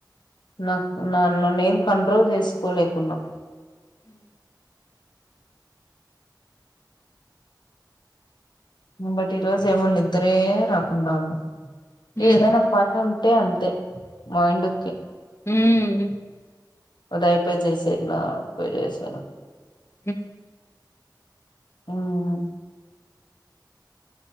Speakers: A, on the left; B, on the left.
A: నా నన్ను నేను కంట్రోల్ చేసుకోలేకున్నా
B: అ
A: బట్ ఈ రోజు ఏమో నిద్దరే రాకుండా ఉంది
B: హ్మ్
A: ఏదైనా పని ఉ అంతే అంతే మైండకి
B: ఉమ్
A: అదాపోయి చేసేలా పోయి చేస
B: హ
A: ఉమ్